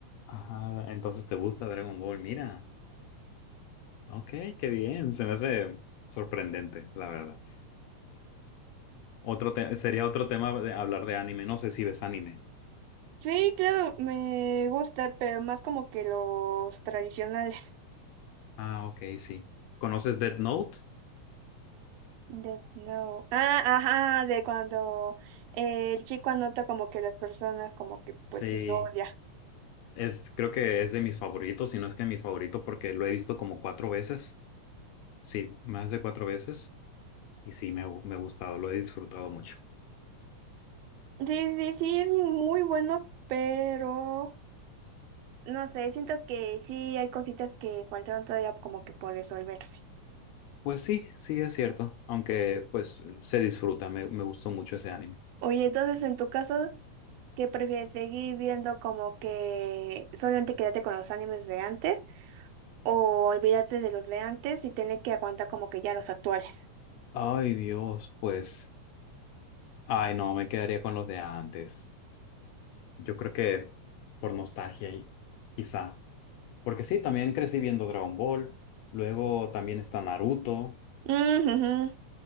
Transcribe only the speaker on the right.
Sí, claro, me gusta, pero más como que los tradicionales.
<laughs> De no. Ah, ajá, de cuando eh, el chico anota como que las personas como que pues
sí odia.
Sí, sí, sí, es muy bueno, pero no sé, siento que sí hay cositas que faltaron todavía como que por resolverse.
Oye, entonces en tu caso, ¿qué prefieres seguir viendo como que solamente quédate con los animes de antes? o olvídate de los de antes y tener que aguantar como que ya los actuales.
Ujujú.